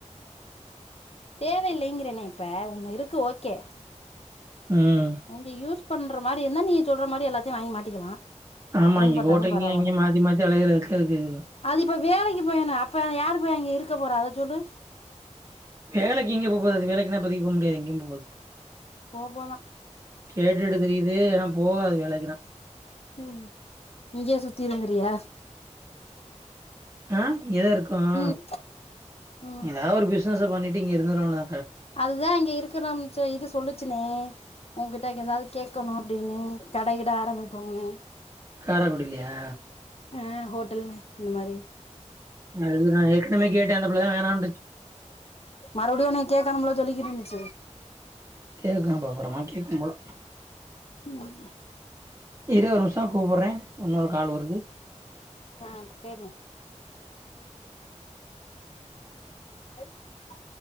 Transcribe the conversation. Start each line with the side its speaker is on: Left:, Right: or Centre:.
Left: தேவையில்லைங்கிறேனே இப்ப உன்னு இருக்கு ஓகே
Right: ம்
Left: இங்க யூஸ் பண்ற மாரி என்ன நீங்க சொல்ற மாரி எல்லாத்தையும் வாங்கி மாட்டிக்கலா
Right: ஆமா
Left: கடன்
Right: இங்க
Left: பட்டாலு
Right: கோட்டைக்கு
Left: பரவால்ல
Right: அங்கய மாத்தி மாத்தி அழயற வெக்கருக்கு
Left: அது இப்ப வேலைக்கு போயர்ணும் அப்ப யாரு போய் அங்க இருக்க போற அத சொல்லு
Right: வேலைக்கு எங்கே போ போது அது வேலைக்கு ன்ன இப்போதிக்கு போ முடியாது எங்கய போது
Left: போ போதா
Right: கேட்டுட்டு திரியுது ஏனா போகாது வேலைக்கு ற
Left: ம் இங்கே சுத்தி இருந்திறியா
Right: ஆ இங்கேதான் இருக்கும்
Left: ம் ம்
Right: ஏதாவது ஒரு பிஸ்னஸ் பண்ணிட்டு இங்க இருந்துரும்ண்ணா
Left: அதுதான் இங்க இருக்கிறிச்ச இது சொல்லுச்சுனே உன்கிட்ட இங்க ஏதாவது கே க்கணு அப்டின்னு கடையிட ஆரம்பிப்போ னு
Right: காரக்குடியிலயா
Left: ஆ ஹோட்டல் இந்த மாரி
Right: அதுக்கு நான் ஏற்கனவே கேட்ட அந்த புள்ள தான் வேணாம் ன்டுச்சு
Left: மறுபடியு உன்னய கேட்கணும்ல சொல்லிக்கிட்டு இருந்துச்சு
Right: கேக்கு பாப்புறமா கேக்கு போல
Left: ம்
Right: இரு ஒரு நிமிஷோ கூப்பிடுறே இன்னொரு கால் வருது
Left: ஆ பேர்னு <unintelligible>